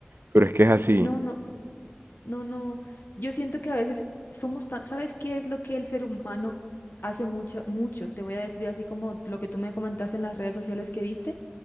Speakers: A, on the right; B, on the left.
A: Pero es que es así,
B: No, no, no, no. Yo siento que a veces somos tan, ¿sabes qué es lo que el ser humano hace mucho, mucho? Te voy a decir así como lo que tú me comentaste en las redes sociales que viste,